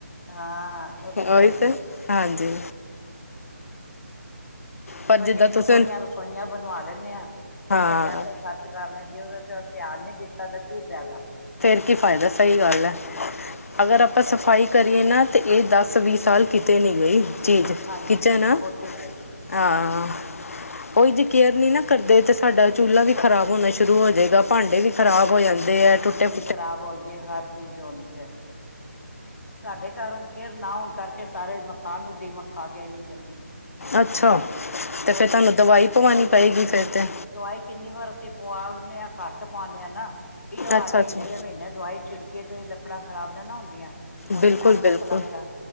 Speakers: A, on the left; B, on the left.
A: ਹਾਂ ਉਹ
B: ਓਹੀ
A: ਹੈ ਹੀ
B: ਤੇ
A: ਹੈ
B: ਹਾਂਜੀ। ਪਰ
A: ਤੂੰ ਇੰਨੀ-
B: ਜਿੱਦਾਂ
A: ਇੰਨੀ
B: ਤੁਸੀਂ
A: ਸੋਹਣੀਆਂ ਰਸੋਈਆਂ ਬਣਵਾ ਲੈਂਦੇ ਆ,
B: ਹਾਂ
A: ਇੰਨੇ ਪੈਸੇ ਖਰਚ ਕਰ ਲੇ ਜੇ ਉਹਦੇ ਤੇ ਧਿਆਨ ਨਹੀਂ ਦਿੱਤਾ ਤਾਂ ਕੀ ਫਾਇਦਾ
B: ਫੇਰ ਕੀ ਫਾਇਦਾ, ਸਹੀ ਗੱਲ ਹੈ।
A: ਹਾਂ
B: ਅਗਰ ਆਪਾਂ ਸਫਾਈ ਕਰੀਏ ਨਾ ਤਾਂ ਇਹ ਦਸ -ਵੀਹ ਸਾਲ ਕਿਤੇ ਨਹੀਂ ਗਈ। ਜੀ-ਜੀ
A: ਹਾਂਜੀ
B: ਕਿਚਨ ਆ,
A: ਉਹ ਤੇ ਹੈ ਹੀ ਹੈ
B: ਹਾਂ ਉਹੀ ਤੇ ਕੇਅਰ ਨੀ ਨਾ ਕਰਦੇ ਤੇ ਸਾਡਾ ਚੁਲ੍ਹਾ ਵੀ ਖ਼ਰਾਬ ਹੋਣਾ ਸ਼ੁਰੂ ਹੋ ਜਾਏਗਾ ਭਾਂਡੇ ਵੀ ਖਰਾਬ ਹੋ ਜਾਂਦੇ ਦੇ ਆ, ਟੁੱਟੇ ਫ
A: ਖਰਾਬ ਆਉਂਦੀਆ ਹਰ ਚੀਜ਼ ਆਉਂਦੀ ਹੈ। ਹੁਣ ਤੁਹਾਡੇ ਘਰ ਹੁਣ ਕੇਅਰ ਨਾ ਹੋਣ ਕਰਕੇ ਸਾਰੇ ਮਕਾਨ ਨੂੰ ਦੀਮਕ ਖਾ ਗਈ ਇੰਨੀ ਜਲਦੀ।
B: ਅੱਛਾ, ਤੇ
A: ਹੋਰ
B: ਫੇਰ ਤੁਹਾਨੂੰ
A: ਕੀ
B: ਦਵਾਈ ਪਵਾਉਣੀ ਪਏਗੀ ਫੇਰ ਤੇ
A: ਦਵਾਈ ਕਿੰਨੀ ਵਾਰ ਅਸੀਂ ਪਵਾ ਲੈਂਦੇ ਹਾਂ, ਘੱਟ ਪਾਉਂਦੇ ਹਾਂ ਨਾ ਇਹੀ ਹਰ
B: ਅੱਛਾ
A: ਮਹੀਨੇ
B: ਅੱਛਾ
A: ਦੇ ਮਹੀਨੇ ਦਵਾਈ ਛਿੜ ਕੇ ਤੇ ਲੱਕੜਾਂ ਖਰਾਬ ਨਾ ਨਾ ਹੁੰਦੀਆਂ ਹੁਣ
B: ਬਿਲਕੁਲ
A: ਇੰਨਾ ਦੁੱਖ
B: ਬਿਲਕੁਲ
A: ਲੱਗਦਾ